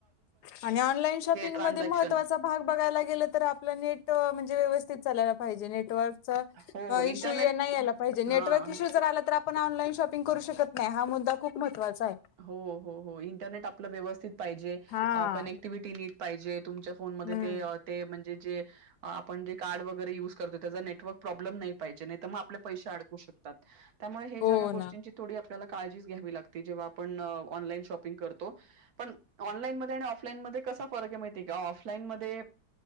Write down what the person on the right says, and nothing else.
ट्रान्झॅक्शन
हो, इंटरनेट
हां.
हो हो हो इंटरनेट आपलं व्यवस्थित पाहिजे
कनेक्टिव्हटी नीट पाहिजे तुमच्या फोन मध्ये
ते ते म्हणे जे आपण जे कार्ड वगैरे युज करतो त्याचा नेटवर्क प्रॉब्लेम नाही पाजे नाही म आपल्या पैसे अडकु शकतात त्यामुळे हेजेया
गोष्टीची
आपल्याला काळजी घ्यावी लागती जेव्हा. पण ऑनलाईन शॉपिंग करतो. पण ऑनलाईनमध्ये आणि ऑफलाईनमध्ये कसा फरक आहे माहिती आहे का ऑफलाईनमध्ये